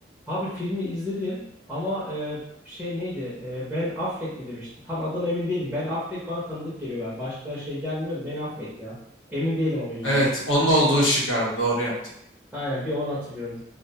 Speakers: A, in the centre; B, on the left (about 80°).
A: Abi filmi izledim ama e, şey neydi? E, Ben Affleck mi demiştin? Tam adına emin değilim. Ben Affleck bana tanıdık geliyor. Ben. Başka şey gelmiyordu. Ben Affleck ya. Emin değilim ama yüzde
B: Evet,
A: yüz.
B: onun olduğu şık abi. Doğru yaptın.
A: Aynen bir onu hatırlıyorum.